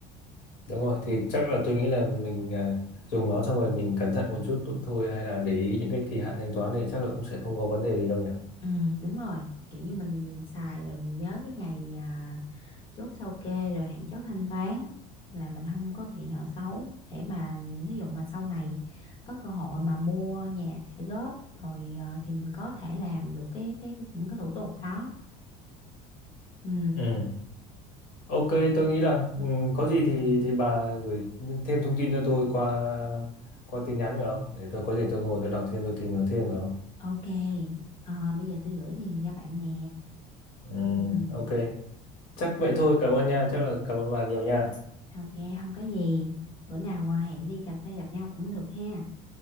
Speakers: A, on the left; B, on the left.
A: Đúng rồi, thì chắc là tôi nghĩ là mình à, dùng nó xong rồi mình cẩn thận một chút tụ- thôi hay là để ý những cái kỳ hạn thanh toán thì chắc là cũng sẽ không có vấn đề gì đâu nhỉ.
B: ừ, đúng rồi kiểu như mình xài rồi mình nhớ cái ngày à, chốt sao kê rồi hạn chót thanh toán là mình không có bị nợ xấu để mà ví dụ mà sau này có cơ hội mà mua nhà trả góp rồi ờ, thì mình có thể làm được cái cái cái những cái thủ tục đó ừ
A: Ừ. Ok, tôi nghĩ là ừ, có gì thì thì bà gửi thêm thông tin cho tôi qua qua tin nhắn được không? Để tôi có gì tôi ngồi tôi đọc thêm tôi tìm hiểu thêm được không?
B: ok Ờ, bây giờ tôi gửi liền cho bạn nè
A: Ừ,
B: ừ
A: ok. Chắc vậy thôi, cảm ơn nha, chắc là cảm ơn bà nhiều nha.
B: ok không có gì bữa nào ờ, hẹn đi cà phê gặp nhau cũng được ha